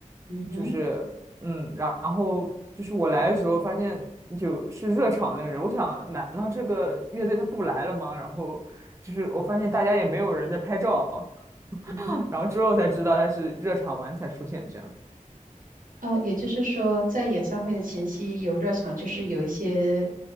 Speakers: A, on the right; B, on the right.
A: 嗯哼，
B: 就是嗯，然后就是我来的时候发现就是热场那个人，我想难道这个乐队他不来了吗？然后就是我发现大家也没有人在拍照，
A: 嗯哼，
B: <laughs> 然后之后才知道他是热场完才出现这样。
A: 呃，也就是说，在演唱会的前夕有热场，就是有一些